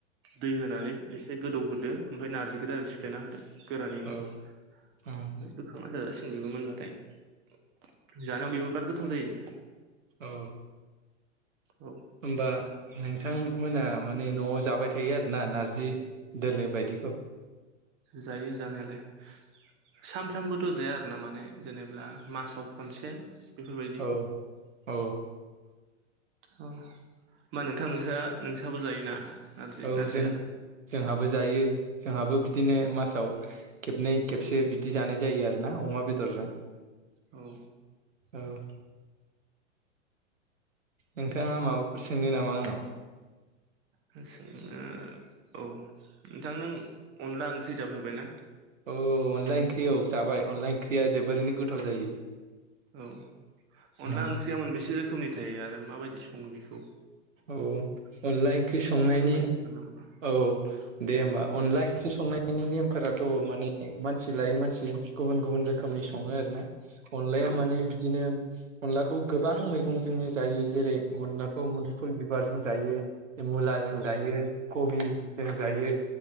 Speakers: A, on the right (about 30°); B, on the right (about 85°).
A: दै होनानै एस से गोदौ होदो ओमफाय नारजिखोदो आरो सिफ्लेना होदो गोरानैनो
B: औ
A: ओमफाय
B: उम
A: बोखांना जाजासि बेबो मोनबाथाय उम जानायाव बेबो बिराद गोथाव जायो।
B: औ
A: औ
B: ओमबा नोंथांमोना माने न'आव जाबाय थायो आरो ना नारजि दोलो बायदिख'
A: जायो जानायालाय सानफ्रामबोथ' जाया। ना माने जेनेब्ला मासाव खनसे बेफोरबायदि
B: औ औ
A: अ मा नोंथां नोंसा नोंसाबो जायोना? नारजि
B: औ
A: ना जाया
B: जों जोंहाबो जायो जोंहाबो बिदिनो मासाव खेबनै खेबसे बिदि जानाय जायो आरो ना अमा बेदरजों।
A: औ
B: ओअ नोंथाङा माबाफोर सोंनो नामा आंनाव?
A: हो सोंनो औ नोंथां नों अनला ओंख्रि जाफेरबायना?
B: औ अनला इंख्रि औ जाबाय अनला इंख्रिआ जोबोरैनो गोथाव जायो।
A: औ अनला
B: उम
A: ओंख्रिया मोनबोसे रोखोमनि थायो आरो माबायदि सङो बेखौ?
B: औ अनला इंख्रि
A: एसे
B: संनायनि
A: फोरमायनो हागोन नामा
B: औ दे होमबा अनला इंख्रि संनाय नि नेमफोराथ' माने मानसि लायै मानसि गुबुन गुबुन रोखोमनि सङो आरोना अनलाया
A: औ
B: माने बिदिनो अनलाखौ गोबां मैगंजोंनो जायोज जेरै अनलाखौ मोदु बिबारजों जायो ए मुलाजों
A: औ
B: जायो खबि जों जायो।